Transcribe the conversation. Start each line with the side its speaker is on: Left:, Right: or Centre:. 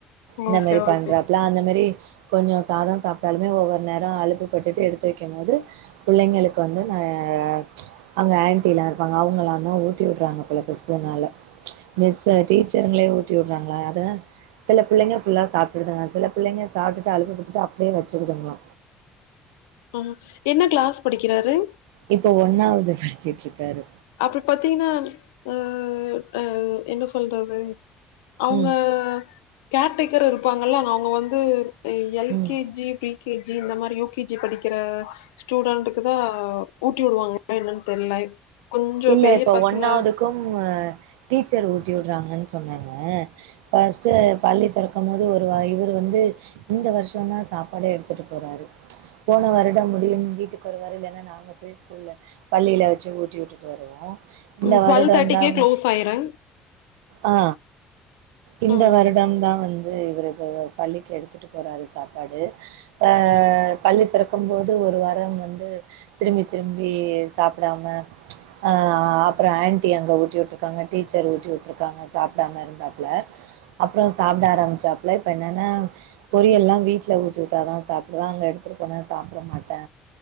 Right: இந்த
Left: ஓகே
Right: மாரி பண்றாப்ல
Left: ஓகே
Right: அந்த மாரி கொஞ்சோ சாதோ சாப்ட்டாலுமே ஒவ்வொரு நேரோ அளுப்புப்பட்டுட்டு எடுத்து வைக்குபோது புள்ளைங்களுக்கு வந்து நா அ அங்க ஆன்டில்லா இருப்பாங்க அவங்களா தா ஊட்டி விட்றாங்க போல இப்ப ஸ்பூனால மிஸ் டீச்சருங்களே ஊட்டி விடுறாங்களா அது சில பிள்ளேங்க ஃபுல்லா சாப்டுருதுங்க சில பிள்ளைங்க சாப்டுட்டு அழுப்புப்பட்டுட்டு அப்படியே வச்சிருதுங்களா
Left: ஆஹா என்ன கிளாஸ் படிக்கிறாரு
Right: இப்ப ஒன்னாவது படிச்சிட்டு இருக்காரு
Left: அப்டி பாத்தீங்கன்னா அ அ என்ன சொல்றது அவங்க
Right: ம்
Left: கேர்டேக்கரு இருப்பாங்கள்ள அவங்க வந்து எல்
Right: ம்
Left: கே ஜி இப்டி யு கே ஜி இந்த மாரி யு கே ஜி படிக்கிற ஸ்டூடெண்ட்டுக்கு தா ஊட்டி விடுவாங்களா என்னனு தெர்ல கொஞ்சோ
Right: இல்ல
Left: பெரிய
Right: இப்ப
Left: பசங்க
Right: ஒன்னாவதுக்கும் கூ அ டீச்சர் ஊட்டி உடுறாங்கனு சொன்னாங்க ஃபஸ்டு பள்ளித்திறக் கும் போது ஒரு வா இவர் வந்து இந்த வருஷோந்தா சாப்பாடே எடுத்துட்டு போறாரு போன வருடம் முடியும் வீட்டுக்கு வருவாரு இல்லனா நாங்க போய் ஸ்கூல்ல பள்ளில வச்சு ஊட்டி உட்டு வருவோ இந்த
Left: ம்
Right: வருடம்
Left: டுவெல் தேர்ட்டிக்கே
Right: தாங்க
Left: க்ளோஸ் ஆயிரு
Right: ஆ இந்த
Left: ம்
Right: வருடம் தா வந்து வந்து இவரு கொஞ்சோ பள்ளிக்கு எடுத்துட்டு போறாரு சாப்பாடு அ பள்ளி தெறக்கும் போது ஒரு வாரம் வந்து திரும்பி திரும்பி சாப்டாம அ அப்றோ ஆன்டி அங்க ஊட்டி உட்டுருக்காங்க டீச்சர் ஊட்டி விட்டுருக்காங்க சாப்டாம இருந்தாப்ல அப்றோ சாப்ட ஆரம்பிச்சாப்பல இப்ப என்னனா பொரியல்லா வீட்ல ஊட்டி விட்டா தா சாப்பிடு தா அங்க எடுத்துட்டு போனா சாப்பிட மாட்டே